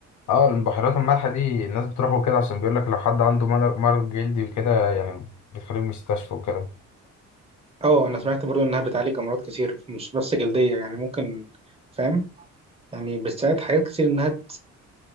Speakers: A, on the left; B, on the right.
A: اه البحيرات المالحة دي الناس بتروحوا كده عشان بيقول لك لو حد عنده مل- مرض جلدي وكده يعني بتخليه مستشفى وكده
B: اه أنا سمعت برضه إنها بتعالج أمراض كتير مش بس جلدية يعني ممكن فاهم يعني بتساعد حاجات كتير انها